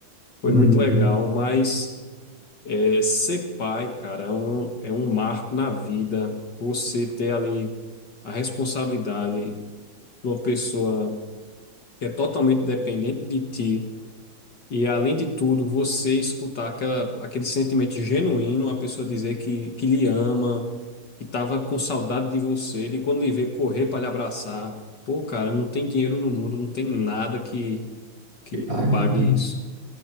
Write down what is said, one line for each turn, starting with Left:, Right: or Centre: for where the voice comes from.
Left: Foi
Right: Uhum.
Left: muito legal, mas... É, ser pai, cara, é um, é um marco na vida. Você ter ali a responsabilidade de uma pessoa que é totalmente dependente de ti. E, além de tudo, você escutar aquela, aquele sentimento genuíno, a pessoa dizer que, que lhe ama, que estava com saudade de você, e quando lhe vê correr para lhe abraçar. Pô, cara, não tem dinheiro no mundo, não tem nada que, que
Right: E paga,
Left: pague
Right: né?
Left: isso.